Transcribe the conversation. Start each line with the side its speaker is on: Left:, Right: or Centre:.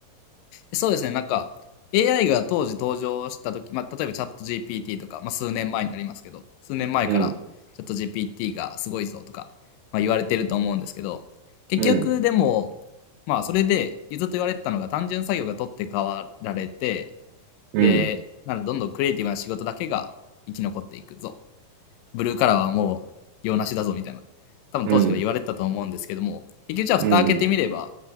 Left: そうですね、なんか AI が当時登場した時、まあ例えばチャット GPT とか、まあ数年前になりますけど、数年前からチャット
Right: うん、
Left: GPT がすごいぞとか、まあ言われてると思うんですけど、結局でも、
Right: うん、
Left: まあそれでずっと言われてたのが単純作業が取って代わられて、
Right: うん、
Left: で、なのでどんどんクリエイティブな仕事だけが生き残っていくぞブルーカラーはもう用なしだぞみたいな、多分当時から言われてたと思うんですけども、
Right: うん、
Left: 結局じゃあ蓋開けてみれば、
Right: うん。